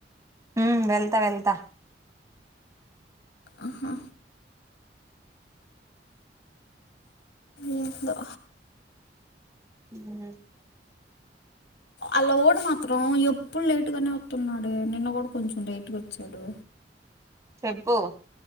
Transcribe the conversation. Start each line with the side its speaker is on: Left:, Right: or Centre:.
Right: హ్మ్ వెళ్తా! వెళ్తా.
Left: ఆహా ఏందో
Right: హ్మ్!
Left: అలా ఓడ్ మాత్రం ఎ <unintelligible> ఇప్పుడు లేటుగానే వస్తున్నాడే నిన్న కూడా కొంచెం లేట్గా వచ్చాడు.
Right: చెప్పు